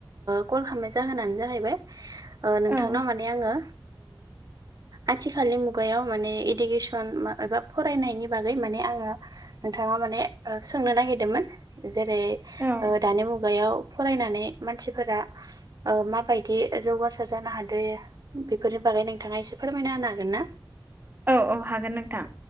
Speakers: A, on the right; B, on the right.
A: कल खालामनाय जाहोननानै। जाहैबाय नोंथांनाव
B: औ
A: माने आंङो आथिखालनि मुगायाव माने इडुकेसन एबा फरायनायनि बागै माने आंङो नोथांनाव माने सोंनो नागिरदोंमोन जेरै
B: औ
A: दानि मुगायाव? फरायनानै मानसिफोरा ओ माबायदि जौगासार जानो हादो बेफोरो। बागै नोंथाङा इसे फोरमायना होनो हागोन ना?
B: औ औ हागोन नोंथां